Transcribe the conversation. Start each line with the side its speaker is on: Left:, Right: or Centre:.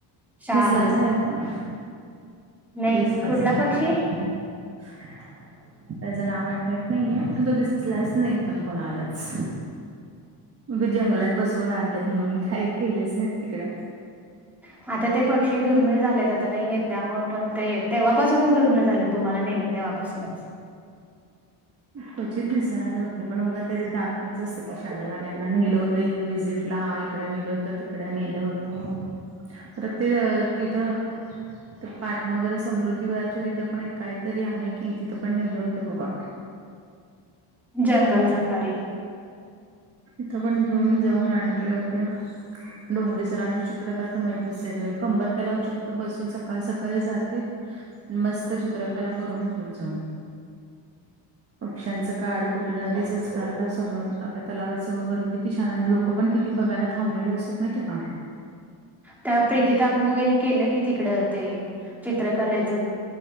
Centre: शहाबृग
Right: दिसलाच नाही पण
Centre: नाही
Right: दिसलाच
Centre: कुठला
Right: नाही
Centre: पक्षी?
Right: हो त्याचं नाव आठवत नाहीये पण तो दिसलाच नाही पण कोणालाच मग जंगलात बसवून आणलंत नाहीेऊन काही केलंच नाही तिकडं
Centre: ह आता ते पक्षी दुर्मिळ झालेत आता ते येत त्यामु पण ते तेव्हापासूनच दुर्मिळ झाले तुम्हाला नेले तेव्हापासूनच
Right: क्वचित दिसणारे होते पण उगं ते दाखवायचं असते शाळेवाल्यांना नेलं होतं इथं व्हिजिट ला इकडं नेलं होतं तिकडं नेलं होतं रत तिथ ते पाठिमाग ते समृद्धी वरच्या तिथं पण काहीतरी आहे की तिथं पण नेले होते बाबा.
Centre: जंगल सफारी
Right: तिथं पण घेऊन जाऊन आणलं होत. डोंगरी सरांचं चित्र कलाय तर माहतीच कंबर तलावचे तिथं बसून सकाळ सकाळी जाते मस्त चित्रकला करून य त्यांच्या वृक्षांचं काड कुठून नधी संचकारता समोर टा कलावाचं वगैरे किती छान लोकं पण किती बघायला थांबले असत नाहीत का
Centre: त्या प्रीती ताकमोगेनी केलं की तिकड ते चित्रकलेच